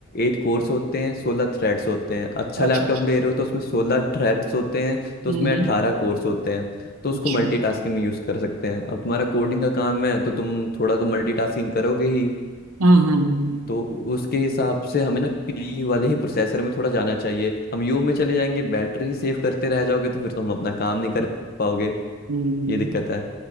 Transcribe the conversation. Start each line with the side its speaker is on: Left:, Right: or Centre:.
Left: एट कोर्स होते हैं सोलह थ्रेड्स होते हैं अच्छा
Right: अच्छा
Left: लैपटॉप
Right: अच्छा
Left: ले रहे हो तो उसमें सोलह थ्रेड्स होते हैं तो
Right: हम्म
Left: उसमें अट्ठारह
Right: हम्म।
Left: कोर्स होते हैं तो उसको
Right: अच्छा
Left: मल्टीटास्किंग
Right: हम्म
Left: में यूज़ कर सकते हैं अब तुम्हारा कोडिंग का काम है तो तुम थोड़ा तो मल्टीटास्किंग करोगे ही
Right: हम्म, हम्म।
Left: तो उसके हिसाब से हमें ना पी वाले ही प्रोसेसर में थोड़ा जाना चाहिए हम यू में चले जाएंगे बैटरी सेव करते रह जाओगे तो फिर तो हम अपना काम नहीं कर पाओगे
Right: हम्म।
Left: ये दिक्कत है